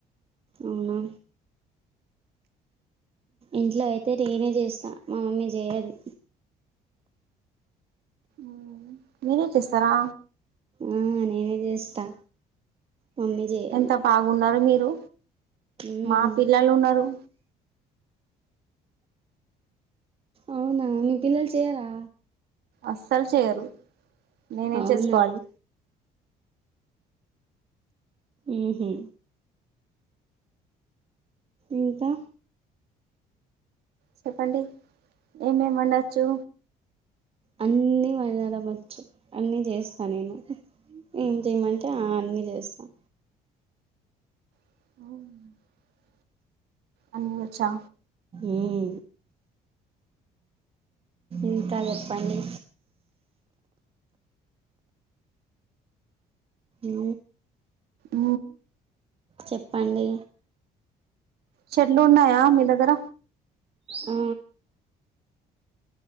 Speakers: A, on the right; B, on the right.
A: అవునా ఇంట్లో అయితే నేనే చేస్తా మామమ్మీ చేయదీ
B: ఊ మీరే చేస్తారా
A: ఆ నేనేే చేస్తా మమ్మీ చేయది
B: ఎంత బాగున్నారు మీరు
A: మ్మ్
B: మా పిల్లలు ఉన్నారు
A: అవునా మీ పిల్లలు చెయ్యరా
B: అస్సలు చెయ్యరు నేనే
A: అవునా
B: చేసుకోవాలి
A: ఉహూ ఇంకా
B: చెప్పండి ఏమేం వండొచ్చు
A: అన్ని మళ్ళ వండచ్చు అన్నిచేస్తా నేను ఏం చేయమంటే అ అన్ని చేస్తాం
B: అవునా అన్నీ వచ్చా
A: ఊ ఇంకా చెప్పండి ఊ
B: ఊ
A: చెప్పండి
B: చెట్లు ఉన్నాయా మీ దగ్గర
A: ఆ